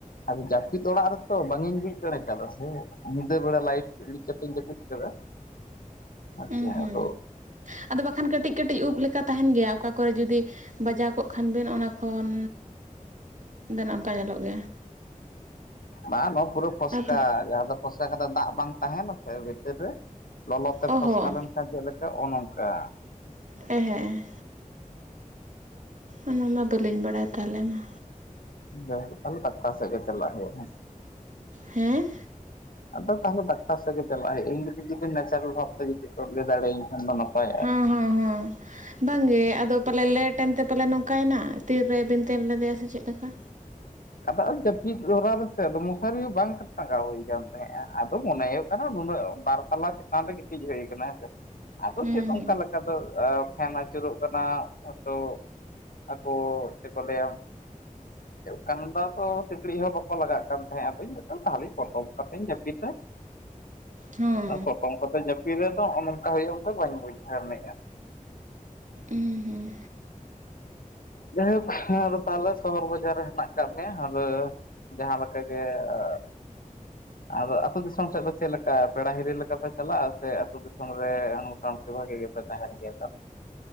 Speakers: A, on the left; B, on the right.
A: ᱟᱫᱚ ᱡᱟᱯᱤᱫ ᱚᱲᱟᱜ ᱨᱮᱛᱚ ᱵᱟᱝᱤᱧ ᱵᱩᱡᱽ ᱫᱟᱲᱮ ᱠᱟᱫᱟ ᱥᱮ ᱧᱤᱫᱟᱹ ᱵᱮᱲᱟ ᱞᱟᱭᱤᱴᱼᱼ ᱤᱲᱤᱡ ᱠᱟᱛᱮᱧ ᱡᱟᱯᱤᱫ ᱠᱟᱫᱟ ᱦᱮᱸᱥᱮ
B: ᱩᱸ ᱦᱩᱸ
A: ᱟᱫᱚ,
B: ᱟᱫᱚ ᱵᱟᱠᱷᱟᱱ ᱠᱟᱴᱤᱡ ᱠᱟᱴᱤᱡ ᱩᱵ ᱞᱮᱠᱟ ᱛᱟᱦᱮᱱ ᱜᱮᱭᱟ ᱚᱠᱟ ᱠᱚᱨᱮ ᱡᱩᱫᱤᱼᱼ ᱵᱟᱡᱟᱣ ᱠᱚᱜ ᱠᱷᱟᱱ ᱵᱮᱱ ᱚᱱᱟ ᱠᱷᱚᱱ ᱵᱮᱱ ᱚᱱᱠᱟ ᱧᱮᱞᱚᱜ ᱜᱮᱭᱟ᱾
A: ᱵᱟᱝ ᱱᱚᱣᱟ ᱯᱩᱨᱟᱹ ᱯᱷᱚᱥᱠᱟ
B: ᱟᱫᱚ
A: ᱡᱟᱦᱟᱸ ᱫᱚᱼᱼ ᱯᱷᱚᱥᱠᱟ ᱠᱟᱛᱮ ᱫᱟᱜ ᱵᱟᱝ ᱛᱟᱦᱮᱱᱟ ᱥᱮ ᱵᱷᱤᱛᱤᱨ ᱨᱮ ᱞᱚᱞᱚ ᱛᱮ
B: ᱚ
A: ᱯᱷᱚᱥᱠᱟ
B: ᱦᱚᱸ
A: ᱞᱮᱱᱼᱼ ᱪᱮᱫ ᱞᱮᱠᱟ ᱚᱱ ᱚᱝᱠᱟ᱾
B: ᱦᱮᱸ ᱦᱮᱸ᱾ ᱚᱱᱟ ᱢᱟ ᱵᱟᱹᱞᱤᱧ ᱵᱟᱲᱟᱭᱟ ᱛᱟᱦᱞᱮ ᱢᱟ᱾
A: ᱡᱟᱭᱦᱳᱠ ᱛᱟᱦᱞᱮ ᱰᱟᱠᱛᱟᱨ ᱥᱮᱡ ᱜᱮ ᱪᱟᱞᱟᱜ ᱦᱩᱭᱩᱜᱼᱟ᱾
B: ᱦᱮᱸᱻ
A: ᱟᱫᱚ ᱛᱟᱦᱞᱮ ᱰᱟᱠᱛᱟᱨ ᱥᱮᱫ ᱜᱮ ᱪᱟᱞᱟᱜ ᱦᱩᱭᱩᱜᱼᱟ ᱤᱧ ᱞᱟᱹᱭ ᱫᱤᱧ ᱡᱩᱫᱤ ᱱᱮᱪᱟᱨᱮᱞ ᱵᱷᱟᱵᱽ ᱛᱮ ᱡᱩᱫᱤ ᱠᱚ ᱞᱟᱹᱭ ᱫᱟᱲᱮᱭᱟᱹᱧ ᱠᱷᱟᱱ ᱫᱚ ᱱᱟᱯᱟᱭᱚᱜᱼᱟ
B: ᱦᱚᱸ
A: ᱟᱨᱠᱤ᱾
B: ᱦᱚᱸ
A: <inaudible>
B: ᱦᱚᱸ ᱵᱟᱝᱜᱮ ᱟᱫᱚ ᱯᱟᱞᱮ ᱞᱮᱴ ᱮᱱᱛᱮ ᱯᱟᱞᱮ ᱱᱚᱝᱠᱟᱭᱱᱟ ᱛᱤ ᱨᱮᱵᱮᱱ ᱛᱮᱱ ᱞᱮᱫᱮᱭᱟ ᱥᱮ ᱪᱮᱫ ᱞᱮᱠᱟ,
A: ᱟᱫᱚ ᱡᱟᱯᱤᱫ ᱜᱷᱚᱨᱟ ᱨᱮᱥᱮ ᱟᱫᱚ ᱢᱚᱥᱟᱨᱤ ᱦᱚᱸ ᱵᱟᱝ ᱴᱟᱸᱜᱟᱣ ᱦᱩᱭ ᱠᱟᱱ ᱛᱟᱦᱮᱸᱜᱼᱟ ᱟᱫᱚ ᱢᱚᱱᱮ ᱦᱩᱭᱩᱜ ᱠᱟᱱᱟ ᱱᱩᱱᱟᱹᱜ ᱵᱟᱨ ᱛᱟᱞᱟ ᱪᱮᱛᱟᱱ ᱨᱮ ᱜᱤᱛᱤᱡ ᱦᱩᱭ ᱠᱟᱱᱟ ᱦᱮᱸ ᱥᱮ ᱟᱫᱚ
B: ᱦᱩᱸ
A: ᱪᱮᱫ
B: ᱦᱩᱸ
A: ᱚᱝᱠᱟ ᱞᱮᱠᱟ ᱫᱚ ᱮᱻ ᱯᱷᱮᱱ ᱟᱹᱪᱩᱨᱚᱜ ᱠᱟᱱᱟ ᱦᱚᱭᱛᱚ ᱟᱠᱚ ᱪᱮᱫ ᱠᱚ ᱞᱟᱹᱭᱟ ᱠᱟᱱᱫᱟ ᱫᱚ ᱥᱤᱠᱲᱤᱡ ᱦᱚᱸ ᱵᱟᱠᱚ ᱞᱟᱜᱟᱜ ᱠᱟᱱ ᱛᱟᱦᱮᱸᱫ ᱟᱫᱚᱧ ᱛᱟᱦᱚᱞᱮ ᱯᱚᱴᱚᱢ ᱠᱟᱛᱮᱧ ᱡᱟᱹᱯᱤ ᱫᱟ
B: ᱦᱚᱸ
A: ᱱᱟᱢᱟᱱᱚᱜᱼᱚ ᱱᱚᱝᱠᱟ ᱦᱩᱭᱩᱜᱼᱟ ᱢᱮᱱᱛᱮ ᱵᱟᱹᱧ ᱵᱩᱡᱷᱟᱹᱣᱮᱫᱼᱟ
B: ᱩᱩᱸ ᱦᱩᱸ
A: ᱡᱟᱭᱦᱳᱠ ᱟᱫᱚ ᱛᱟᱦᱚᱞᱮ ᱥᱚᱦᱚᱨ ᱵᱟᱡᱟᱨ ᱨᱮ ᱦᱮᱱᱟᱜ ᱠᱟᱜ ᱢᱮᱭᱟ ᱟᱫᱚ ᱡᱟᱦᱟᱸ ᱞᱮᱠᱟ ᱜᱮ ᱟ ᱟᱫᱚ ᱟᱹᱛᱩ ᱫᱤᱥᱚᱢ ᱥᱮᱜ ᱫᱚ ᱪᱮᱜ ᱞᱮᱠᱟ ᱯᱮᱲᱟ ᱦᱤᱨᱤ ᱞᱮᱠᱟᱯᱮ ᱪᱟᱞᱟᱜᱼᱟ ᱥᱮ ᱟᱹᱛᱩ ᱫᱤᱥᱚᱢ ᱨᱮ <unintelligible> ᱵᱷᱟᱜᱮ ᱜᱮ ᱯᱮ ᱛᱟᱦᱮᱱ ᱜᱮᱭᱟ ᱛᱟᱦᱚᱞᱮ